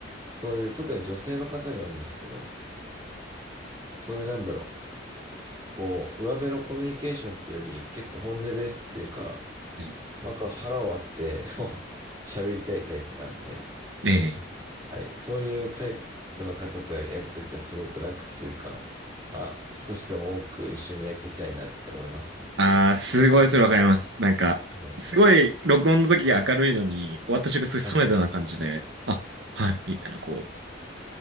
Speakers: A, on the right; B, on the right.
A: そういう、特に女性の方に多いんですけど、そういうなんだろう、こう、上辺のコミュニケーションっていうより、結構本音ベースっていうか、
B: に
A: なんか腹を割ってこう喋りたいタイプなんで、
B: ねええ。
A: はい、そういうタイプの方とやるときはすごく楽っていうか、あ、少しでも多く一緒にやりたいなって思いますね。
B: ああ、すごいそれわかります。なんか、
A: はい。
B: すごい録音の時が明るいのに、終わった瞬間すごい冷めたような感じで、
A: はい。
B: あ、はい、
A: はい。
B: みたいな、こう、